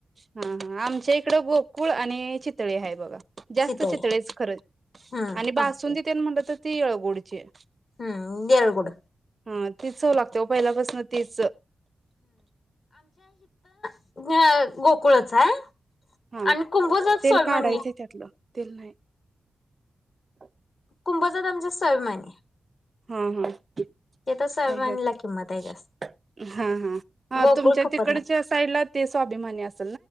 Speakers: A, on the right; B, on the left.
A: हा हा आमच्या इकड गोकुळ आणि चित तळी हाय बघा. जास्त
B: सीताय
A: चितळेच <unintelligible>
B: हम्म
A: आणि बासुंदी
B: फक्त
A: तेन म्हणल तर तीळ गुडचे
B: हम्म देरगुड
A: हा ति चव लाग त्यो पहिल्यापसन तीच
B: होय गोकुळाच हाय
A: हा
B: आणि कुंभोजात
A: तेल
B: सोलमानी
A: काढायचंय त्यातलं तेल नाही <inaudible>
B: कुंभोजात आमच्या स्वाभिमानी
A: ह, ह
B: तिथं स्वाभिमानीला
A: हयोत
B: किंमत आहे जास्त
A: हा, हा, हा
B: गोकुळ
A: तुमच्या
B: खपत
A: तिकडचे
B: नाही.
A: साईडला ते स्वाभिमानी अस